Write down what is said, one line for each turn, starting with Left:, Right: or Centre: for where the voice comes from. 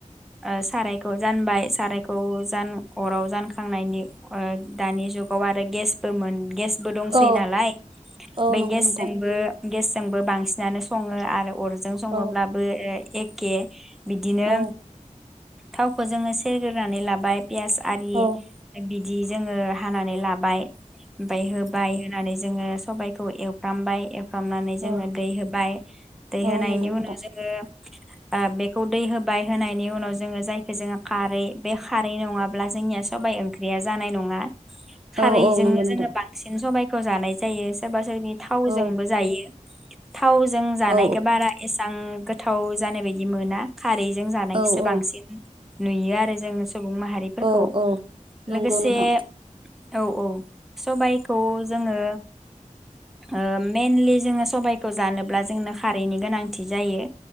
Centre: ओ साराय खौ जानबाय सारायखौ जान अराव जानखांनायनि ओ दानि जुगाव आरो गेस मोन गेस बो दंसै
Right: औ
Centre: नालाय ओमफ्राय
Right: औ नंगौ
Centre: गेसजोंबो
Right: नोंथां
Centre: गेस जोंबो बांसिनानो सङो आरो अर जों सङोब्लाबो
Right: औ
Centre: एखे बिदिनो
Right: औ
Centre: थावखौ जोङो सेरग्रोनानै लाबाय पियास आरि
Right: औ
Centre: बि बिदि जोङो हानानै लाबाय। ओमफ्राय होबाय होनानै जोङो सबायखौ एवफ्रामबाय एवफ्रामनानै
Right: औ
Centre: जोङो दै होबाय दै
Right: औ
Centre: होनायनि
Right: नंगौ नोंथां
Centre: उनाव जोङो ओ बेखौ दै होबाय। होनायनि उनाव जोङो जायखौ जोङो खारै बे खारै नङाब्ला जोंनिया सबबाय ओंख्रिया जानाय नङा खारै
Right: औ औ
Centre: बेजोंनो
Right: नंगौ नोंथां
Centre: जों बांसिन सबाय खौ जानाय जायो सोरबा सोरनि थावजोंबो
Right: औ
Centre: जायो थावजों जानायखौ
Right: औ
Centre: बारा एसां गोथाव जानाय बायदि मोना। खारैजों जानायखौसो
Right: औ औ
Centre: बांसिन नुयो आरो जों। सुबुं माहारिफोरखौ
Right: औ औ नंगौ
Centre: लोगोसे
Right: नोंथां
Centre: औ औ। सबाइखौ जोङो ओ मेनलि जोङो सबाइखौ जानोब्ला जोंनो खा रैनि गोनांथि जायो।